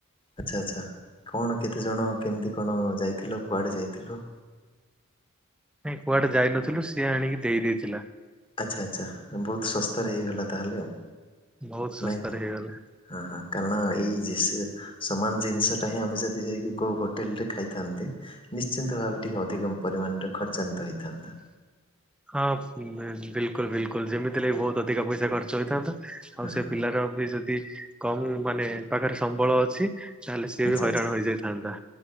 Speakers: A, on the left (about 25°); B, in the centre.
A: ଆଚ୍ଛା ଆଚ୍ଛା କଣ କେତେଜଣ କେମିତି କଣ ଯାଇଥିଲ କୁଆଡ଼େ ଯାଇଥିଲ?
B: ନାଇଁ କୁଆଡେ ଯାଇନଥିଲୁ ସିଏ ଆଣିକି ଦେଇ ଦେଇଥିଲା।
A: ଆଚ୍ଛା ଆଚ୍ଛା ବହୁତ ଶସ୍ତାରେ ହେଇଗଲା ତାହେଲେ ଆଉ।
B: ବହୁତ ଶସ୍ତାରେ
A: ନାଇଁ କି?
B: ହେଇଗଲା।
A: ହଁ ହଁ କାରଣ ଏଇ ଯେ ସେ ନ? ସମାନ ଜିନିଷ ଟା ହିଁ ଆମେ ଯଦି ଯାଇକି କୋଉ ହୋଟେଲ ରେ ଖାଇଥାନ୍ତେ। ନିଶ୍ଚିନ୍ତ ଭାବେ ଟିକେ ଅଧିକ ପରିମାଣରେ ଖର୍ଚ୍ଚାନ୍ତ ହେଇଥାନ୍ତା।
B: ହଁ ବିଲକୁଲ ବିଲକୁଲ ଯେମିତି ଲାଗି ବହୁତ ଅଧିକା ପଇସା ଖର୍ଚ୍ଚ ହେଇଥାନ୍ତା। ଆଉ
A: ହଁ
B: ସେ
A: ହଁ
B: ପିଲାର ବି ଯଦି କମ ମାନେ ପାଖରେ ସମ୍ବଳ ଅଛି। ତାହେଲେ ସିଏ
A: ଆଚ୍ଛା
B: ବି ହଇରାଣ
A: ଆଚ୍ଛା।
B: ହେଇଯାଇଥାନ୍ତା।